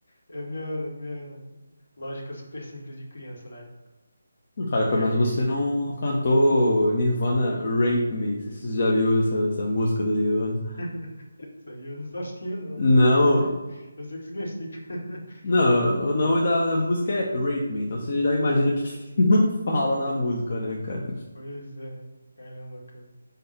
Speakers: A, on the left; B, on the left.
A: É a minha, minha lógica super simples de criança, né?
B: Cara, pelo
A: E aí,
B: menos você não, não cantou Nirvana Rape Me. Você já viu essa, essa música do Nirvana?
A: <laughs> isso aí eu não sabia não,
B: Não.
A: mas eu sei o que, eu sei o que significa. <laughs>
B: Não, o nome da, da música é Rape Me, então você já imagina o que, que <laughs> não fala na música, né, cara?
A: Pois é, caramba, cara.